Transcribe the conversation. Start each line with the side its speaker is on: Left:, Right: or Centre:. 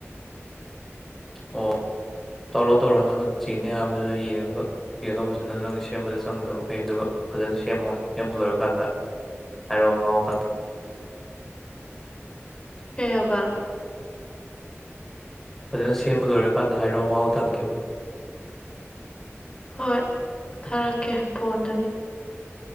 Centre: ꯑꯣ ꯇꯧꯔꯣ ꯇꯧꯔꯣ ꯅꯪꯅ ꯆꯦꯅꯦ ꯍꯥꯏꯕꯗꯨ ꯌꯦꯡꯉꯒ ꯆꯦꯗꯣ ꯐꯖꯅ ꯅꯪꯅ ꯁꯦꯝꯕꯗ ꯆꯪꯒꯗꯕꯈꯩ ꯑꯗꯨꯒ ꯐꯖꯅ ꯁꯦꯝꯃꯣ ꯁꯦꯝꯕ ꯂꯣꯏꯔꯀꯥꯟꯗ ꯍꯥꯏꯔꯛꯑꯣ ꯃꯍꯥꯎ ꯇꯪꯒꯦ
Left: ꯀꯩꯍꯕ
Centre: ꯐꯖꯅ ꯁꯦꯝꯕ ꯂꯣꯏꯔꯀꯥꯟꯗ ꯍꯥꯏꯔꯑꯣ ꯃꯍꯥꯎ ꯇꯪꯈꯤꯕ
Left: ꯍꯣꯏ ꯊꯥꯔꯛꯀꯦ ꯐꯣꯟꯗꯒꯤ